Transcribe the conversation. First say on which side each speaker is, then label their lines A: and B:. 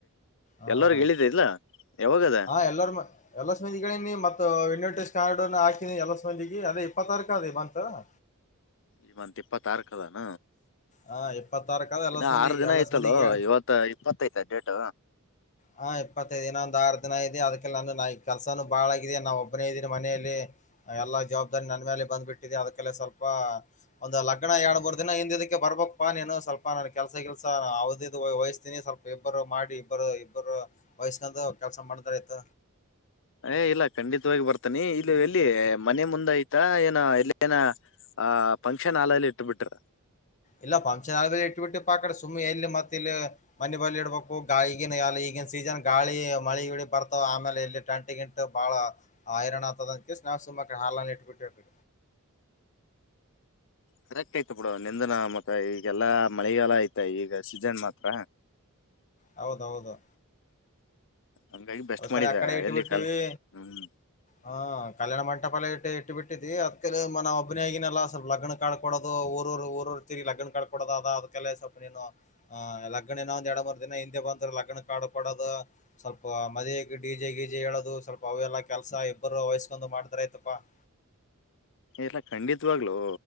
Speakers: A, on the left; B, on the left.
A: ಹ
B: ಎಲ್ಲಾರ್ಗ ಹೇಳಳಿದ ಇಲ್ಲ ಯಾವಾಗದ
A: ಹಾ ಎಲ್ಲಾರಮ ಎಲ್ಲಾ ಸಂಬಂದಿಗಳೇ ನೀ ಮತ್ತ ಇಟೆ ಕಾನಡನ ಹಾತೀನಿ ಎಲ್ಲಾಬಧಿಿಗೆ ಅದೇ ಇಪ್ಪತ್ತ ತಾರಕು ಅದೇ ಬಂತತ್ ಹ
B: ಈ ಮತ್ ಇಪ್ಪತ್ತಾರಕ್ ಅದಾನ
A: ಹಾ ಇಪ್ಪತ್ತಾರಕ ಅದ ಎಲ್ಲಸ್
B: ಇನ್ನು
A: ಮಂದಿ
B: ಆರು ದಿನ
A: ಎಲ್ಲಸ್
B: ಆಯ್ತಲ್ಲೋ
A: ಮಂದಿಗೆ
B: ಇವತ್ತ ಇಪ್ಪತ್ತಐ್ತ ಡೇಟ್
A: ಹಾ ಇಪ್ಪತ್ತೈದು ದಿನ ಒಂದ್ ಆರು ದಿನ ಇದೆ ಅದಕ್ಕೆ ನಂದ ನ ಕೆಲಸಾನು ಬಾಳ ಆಗಿದೆ ನಾವ ಒಬ್ನೇ ಇದೀಿ ಮನೆಯಲ್ಲಿ ಎಲ್ಲಾ ಜವಾಬ್ದಾರಿ ನನ್ ಮೇಲೆ ಬಂದ್ಬಿಟ್ಟಿದಿದೆ ಅದಕ್ಕಲ್ಲ ಸ್ವಲ್ಪ ಒಂದು್ ಲಗ್ನ ಎರಡ್ ಮೂರ್ ದಿನ ಹಿಂದಿದಕ್ಕೆ ಬರ್ಬಕ್ಪ್ಪಾ ನೀನು ಸ್ವಲ್ಪ ನಾನು ಕೆಲ್ಸ ಕೆಲ್ಸ ಅವದಿದ ವಹಿಸ್ತಿನಿ ಸ್ವಲ್ಪ ಇಬ್ಬರು ಮಾಡಿಬ್ಬರು ಒರು ವಯಸ್ಕಂದು ಕೆಲ್ಸ ಮಾಡಿದಾರ ಆಯ್ತ
B: ಏ ಇಲ್ಲ ಖಂಡಿತವಾಗಿ ಬರ್ತಾನಿ ಇಲ್ಲಿ ಎಲ್ಲಿ ಮನೆ ಮುಂದೆ ಆಯ್ತಾ ಏನ ಎಲ್ಲ ಏನ ಆ ಫಂಕ್ಷನ್ ಹಾಲಲ್ಲಿ ಇಟ್ಟ ಬಿಿಟ್ರ
A: ಇಲ್ಲಫಂಕ್ಷನ್ ಇಟ್ಟು ಬಿಟ್ಟು ಪಾಕಡೆ ಸುಮ್ಮನೆ ಎಲ್ಲಿ ಮತ್ತೆ ಇಲ್ಲಿ ಮನೆ ಬಲಿ ಇಡ್ಬೇಕು ಗಾಯಿಗಿನ ಎ ಈಗ ಈಗಿನ ಸೀಸನ್ ಗಾಳಿ ಮಳಿ ಇಡ ಬರ್ತಾವ ಆಮೇಲೆ ಇಲ್ಲಿ ಟಂಟಿ ಗಿಂು ಬಹಳ ಐರಣನ್ ಆಗ್ತದ ಸ ಮಡೆ ಹಲ್ಲನ್ನ ಇಟ್ಬಿಟ್ಟು
B: ಕರೆಕ್ಟ್ ಆಯ್ತ ಬಿುಡ ನಿಂದನ ಮತ್ತ ಈಗೆಲ್ಲಾ ಮಳೆಗಾಲ ಆಐ್ತ ಈಗ ಸೀಜನ್ ಮಾತ್ರ
A: ಹೌದೌದು
B: ಹಂಗಾಗಿ ಬೆಸ್ಟ್
A: ಅದಕ್ಕಲ್ಲ
B: ಮಾಡಿದೆ
A: ಅಕಡೆ ಇಟ್ಟ
B: ಎಲ್ಲಿ
A: ಬಿಟ್ಟವಿ
B: ಕಾಲ ಹ್ಮ್
A: ಹಾ ಕಲ್ಯಾಣ ಮಂಟಪಾಲ ಇಟ್ಟ ಇಟ್ಟು ಬಿಟ್ಟಿದ್ವಿ ಅದಕ ಮ ಒಬ್ಬನ ಆಗನಲ್ಲ ಸ್ವಲ್ ಲಗ್ನ ಕಾಡ್ಡೋದು ಊರೂರು ಊರೂರು ಕೊಡ್ತ ಲಗ್ನ ಕಾಡ್ ಕೊಡೋದ ಅದಕ್ಕೆೇ ಸ್ವಲ್ಪ ನೀನು ಲಗ್ನ ಒಂದ ಎರಡು ಮೂ ದಿನ ಹಿಂದೆ ಬಂದ್ ಲಗ್ನ ಕ ಪಡದ ಸ್ವಲ್ಪ ಮದಕ್ಕೆ ಡಿಜೆ ಗೀಜೆ ಹೇಳೋದು ಸ್ವಲ್ಪ ಅವೆಲ್ಲಾ ಕೆಲ್ಸ ಇಬ್ಬರು ವಯಸ್ಕೊಂಡ್ ಮಾಡ್ತಾರ ಆತಪಾ <inaudible>
B: ಎಲ್ಲಾ ಖಂಡಿತವಾಗ್ಲುೂ